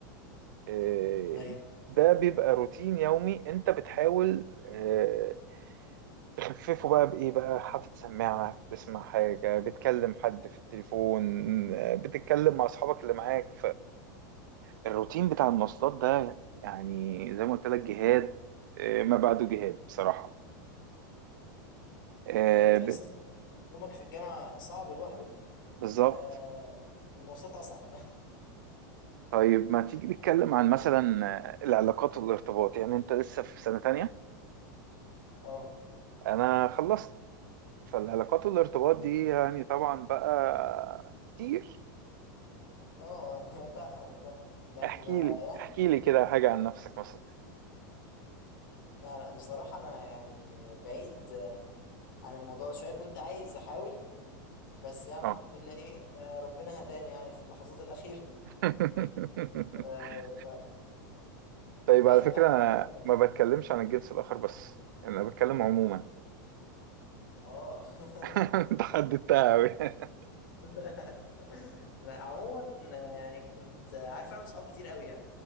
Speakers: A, on the right; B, on the left.
A: آه،
B: ايوه
A: ده بيبقى روتين يومي انت بتحاول آه، تخففه بقى بإيه بقى حاطط سماعة بتسمع حاجة بتكلم حد في التليفون آه، بتتكلم مع أصحابك اللي معاك فالروتين بتاع المواصلات ده يعني زي ما قلت لك جهاد آه، ما بعده
B: مم.
A: جهاد بصراحة آه،
B: ايوه تحس
A: ب-
B: ان يومك في الجامعه صعب لوحده
A: بالظبط
B: آه المواصلات اصعب <laughs>
A: طيب ما تيجي نتكلم عن مثلا العلاقات والارتباط يعني انت لسه في سنة تانية
B: اه
A: انا خلصت فالعلاقات والارتباط دي يعني طبعا بقى كتير
B: اه <laughs> أنا فاهمك فاهم كان
A: احكي
B: آه،
A: لي
B: يعني
A: احكي لي كده حاجة عن نفسك مثلا
B: لا لا بصراحه انا يعني بعيد آه، عن الموضوع ده شويه كنت عايز احاول بس يعني
A: اه
B: الحمد لله ايه آه، ربنا هداني يعني في اللحظات الاخيره <laughs>
A: <laughs>
B: آه
A: طيب
B: فبعدت
A: على فكرة
B: عن الموضوع
A: انا
B: ده شويه
A: ما بتكلمش عن الجنس الاخر بس انا بتكلم عموما
B: اه
A: <laughs> انت حددتها قوي <laughs>
B: <laughs> لا عموما آه، يعني كنت عارف اعمل صحاب كتير قوي يعني